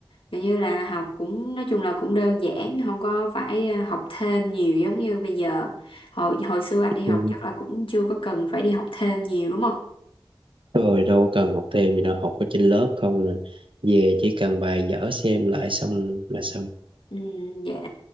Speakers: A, on the left; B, on the right.
A: Kiểu như là học cũng nói chung là cũng đơn giản không có phải ờ, học thêm nhiều giống như bây giờ hồi hồi xưa anh đi học
B: Ừ.
A: chắc là cũng chưa có cần phải đi học thêm nhiều đúng không
B: rồi đâu cần học thêm gì đâu học ở trên lớp không là về chỉ cần bài vở xem lại xong là xong
A: ừ, dạ